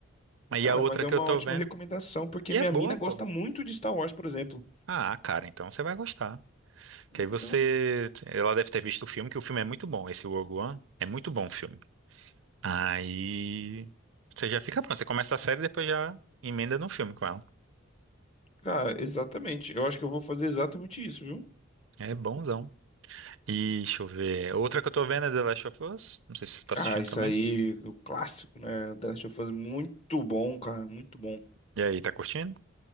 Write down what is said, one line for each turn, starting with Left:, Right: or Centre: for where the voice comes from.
Right: Aí
Left: Cara,
Right: a outra
Left: mas é
Right: que
Left: uma
Right: eu tô
Left: ótima
Right: vendo,
Left: recomendação, porque
Right: e
Left: minha
Right: é boa,
Left: mina gosta
Right: pô.
Left: muito de Star Wars, por exemplo.
Right: Ah, cara, então você vai gostar.
Left: Então,
Right: Que aí você... Ela deve ter visto o filme, que o filme é muito bom. Esse Rogue One é muito bom o filme. Aí você já fica pronto. Você começa a série e depois já emenda no filme com ela.
Left: cara, exatamente. Eu acho que eu vou fazer exatamente isso, viu?
Right: É bonzão. E deixa eu ver. Outra que eu tô vendo é The Last of Us. Não sei se você tá assistindo
Left: Ah, isso
Right: também.
Left: aí, o clássico, né? The Last of Us, muito bom, cara, muito bom.
Right: E aí, tá curtindo?